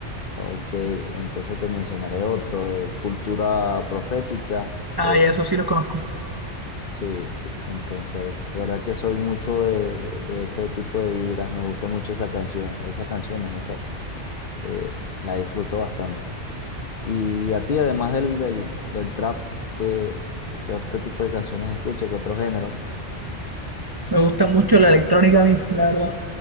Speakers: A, on the left (about 55°); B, on the right (about 25°).
A: Ok, entonces te mencionaré otro, Cultura Profética.
B: Ah,
A: eh,
B: ya, eso sí los conozco.
A: sí, sí. Entonces, de verdad que soy mucho de, de, de ese tipo de vibras. Me gusta mucho esa canción, esas canciones, no sé. eh, la disfruto bastante. Y a ti, además del, del, del trap, ¿qué, qué otro tipo de canciones escuchas, qué otro género?
B: Me gusta mucho la electrónica a mí, la verdad.